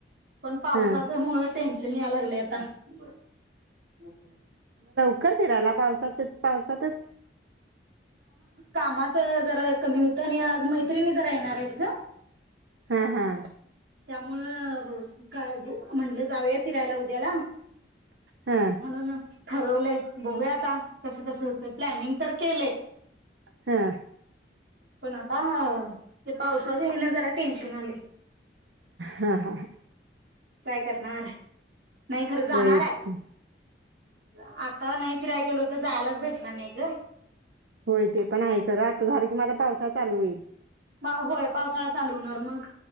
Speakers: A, on the right; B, on the right.
A: पण पावसाच
B: हा
A: मुळ टेन्शन या लागलय. <inaudible> <inaudible>
B: <unintelligible>
A: कामाच जरा कमी होत आणि आज मैत्रिणी जरा येणार आहेत ग.
B: हा हा
A: त्यामुळं का म्हटलं जाऊया फिरायला उद्याला म्हणुनच
B: हा
A: ठरवलय बघूया आता कसं कसं होत प्लॅनिंग तर केले
B: ह
A: पण आता ह ते पावसाचे ह्याने जरा टेन्शन आलय
B: हा हा
A: काय करणार नाही खरं जाणार
B: होयच
A: आहे
B: की
A: आता नाही फिरायला गेलो तर जायलाच भेटणार नाही ग
B: होय ते पण आहे खरं आता झालं की माझ पावसा चालू होईल.
A: होय पावसाळा चालू होणार मग